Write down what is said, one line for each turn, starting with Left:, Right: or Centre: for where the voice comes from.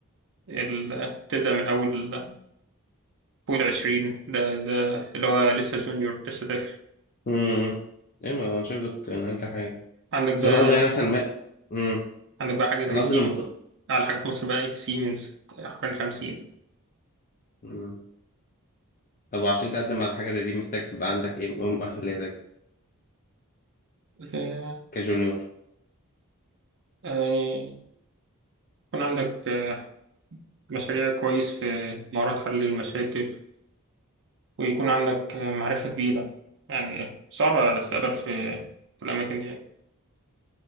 Right: ال- تبدأ من أول فوق العشرين ده ده اللي هو لسه جونيور لسه داخل
Left: امم ايه ما هو انا شايف ده كنت اقل حاجه
Right: عندك بقى
Left: بس انا قصدي يعني مثلا ما امم
Right: عندك بقى حاجة زي
Left: انا
Right: سيم
Left: قصدي لما ت...
Right: أعلى حاجة في مصر بقى سيمنز حوالي خمسين
Left: مم. طب عشان تقدم على حاجه زي دي محتاج تبقى عندك ايه إيه مؤهلاتك
Right: آه،
Left: كجونيور
Right: يعني يكون عندك آه، مشاريع كويس في مهارات حل المشاكل ويكون عندك معرفة كبيرة يعني صعبة تتقابل في في الأماكن دي يعني